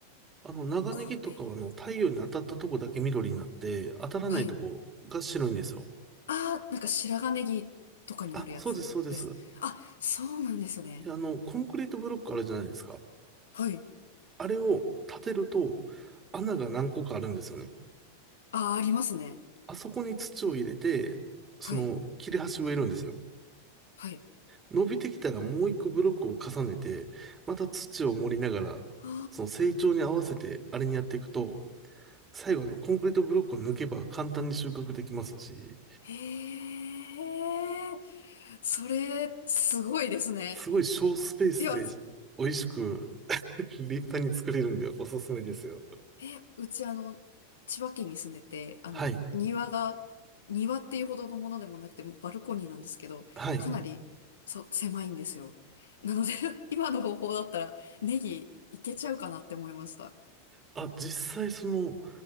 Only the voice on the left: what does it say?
こうね
はい。ああ、なんか白髪ネギとかになるやつです。
あ、そうなんですね。
はい。
ああ、ありますね。
はい。
はい。
あ
あ、
へえ、それ、すごいですね。
いや、
え、うちあの、千葉県に住んでて、あの、
庭が、庭っていうほどのものでもなくて、もうバルコニーなんですけど、
かなり、そう、狭いんですよ。なので <laughs> 今の方法だったら、ネギいけちゃうかなって思いました。